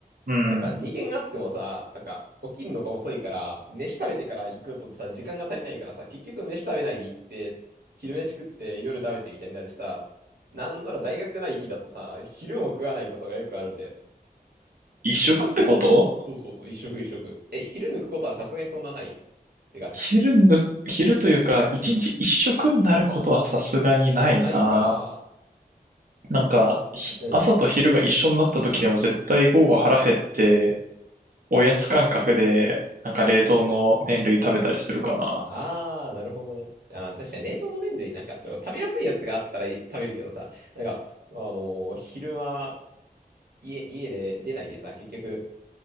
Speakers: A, on the right (about 60°); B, on the right (about 85°).
A: うん。
B: なんか2限あってもさ、なんか、起きるのが遅いから、飯食べてから行くとさ、時間が足りないからさ、結局飯食べないで行って、昼飯食って夜食べてみたいになるしさ、なんなら大学ない日だとさ、昼も食わないことがよくあるんだよね
A: 一食ってこと
B: そうそうそう、一食一食。え、昼抜くことはさすがにそんなない。てか、そ
A: 昼の、昼というか、一日一食になることはさすがにないな。
B: うん。ないか。
A: なんか、ひ朝と昼が一緒になった時でも絶対午後腹減って、
B: うん。
A: おやつ感覚で、なんか冷凍の麺類食べたりするかな。
B: あー、なるほどね。あー、確かに冷凍の麺類、なんかちょ、食べやすいやつがあったらい食べるけどさ、なんか、あのー昼間、家、家で出ないでさ、結局、